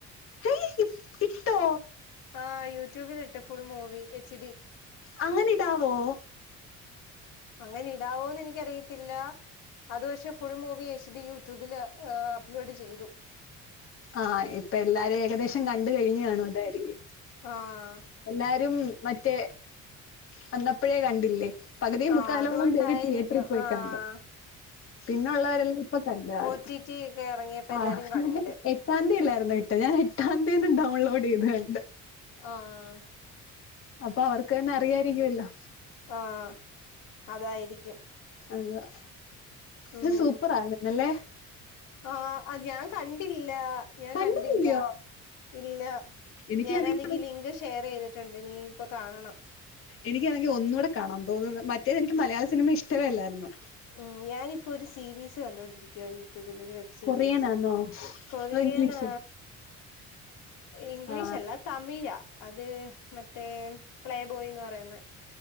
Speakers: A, on the left; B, on the left.
A: ഏയ് ഇ ഇട്ടോ
B: ആഹ് യൂട്യൂബിലിട്ട് ഫുൾ മൂവി എച്ച് ഡി
A: അങ്ങനെ ഇടാവോ
B: അങ്ങനെ ഇടാവോന്ന് എനിക്കറിയത്തില്ല അതു പക്ഷേ ഫുൾ മൂവി എച്ച് ഡി യൂട്യൂബിൽ അപ്പ്ലോഡ് ചെയ്തു
A: ആഹ് ഇപ്പൊ എല്ലാരും ഏകദേശം കണ്ട് കഴിഞ്ഞു കാണും അതായിരിക്കും
B: ആഹ്
A: എല്ലാരും മറ്റേ വന്നപ്പോഴേ കണ്ടില്ലേ പകുതി
B: ആഹ്
A: മുക്കാലോളം
B: അതുകൊണ്ടായിരിക്കും
A: പേര് തിയേറ്ററിൽ പോയി
B: ആഹ്
A: കണ്ട് പിന്നെ ഉള്ളവരെല്ലാം ഇപ്പൊ കണ്ടു കാണും
B: ഒ ടി ടി ഒക്കെ എറങ്ങിയപ്പോ എല്ലാരും
A: ആഹ്
B: കണ്ട്
A: എട്ടാം തീയതി അല്ലായിരുന്നോ ഇട്ട ഞാൻ എട്ടാം തീയതി തന്നെ ഡൗൺലോഡ് ചെയ്തു കണ്ട്
B: ആഹ്
A: അപ്പൊ അവർക്ക് തന്നെ അറിയായിരിക്കുമല്ലോ
B: ആഹ് അതായിരിക്കും
A: അതാ
B: ഉം
A: ഇത് സൂപ്പർ ആരുന്നല്ലേ
B: ആഹ് ഞാൻ കണ്ടില്ല ഞാൻ
A: കണ്ടില്ലയോ
B: കണ്ടില്ല ഇല്ല
A: എനിക്കാണെങ്കിൽ
B: ഞാനാന്നെങ്കിൽ ലിങ്ക് ഷെയറി തിട്ടുണ്ട് നീ ഇപ്പ കാണണം
A: എനിക്ക് ആണെങ്കി ഒന്നൂടെ കാണാൻ തോന്നുന്നു മറ്റേത് എനിക്ക് മലയാള സിനിമ ഇഷ്ടവേ അല്ലാരുന്നു
B: ഉം ഞാനിപ്പോ ഒരു സീരീസ് കണ്ടുകൊണ്ടിരിക്കുവ യു ട്യൂബിൽ ഒരു വെബ് സീരീസ്
A: കൊറിയനാന്നോ
B: കൊറിയനാ
A: അതോ ഇംഗ്ലീഷ്
B: ഇംഗ്ലീഷ്
A: ആ
B: അല്ല തമിഴാ അത് മറ്റേ പ്ലേബോയ്ന്ന് പറയ്ന്ന